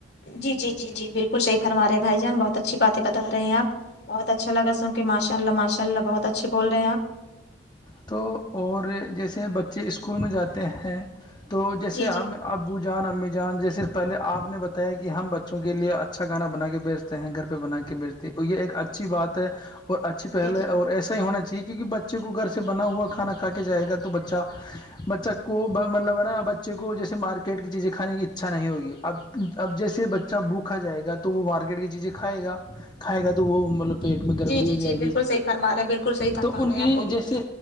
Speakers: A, on the left; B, on the left.
A: جی جی جی جی بالکل صحیح فرما رہے ہیںھائی جان بہت اچھی بات بتا رہے ہیں آپ بہت اچھاگ سن کے ماشا اللہ ماشاءلہ بہت اچھے بول رہے آپ
B: تو اور جیسے بچے اسکول میں جاتے ہیں تو جیسے
A: جی
B: ہم
A: جی
B: ابو جان امی جان جی صرف پہلے آپ نے بتایا کہ ہم بچوں کے لیے اچھا گھانا بنا کے بیچ ہیں گھر پہ بنا کے بیچتے یہ ایک اچھی بات ہے اور اچھی پہل
A: جی جی
B: اور ایسا ہی ہونا چاہیے کیونکہ بچے کو گھر بنا ہوا کھانا کھا کے جائے گا تو بچہ بچہ کو مطلب ہے نا بچے کو جیسے مارکیٹ کی چیزیں کھانے کی اچھا نہیں ہوگی اب اب جیسے بچہ بھوک کھا جائے گا تو وہ مارکیٹ کی چیزیں کھائے گا کھائے گا تو وہ مطلب پیٹ میں گڑبڑی
A: جی جی
B: ہو جائے
A: جی بالکل
B: گی
A: صحیح فرما رہے ہیں بالکل صحیح فرما
B: تو ان
A: رہے
B: کے
A: ہیں آپ بولیے
B: جیسے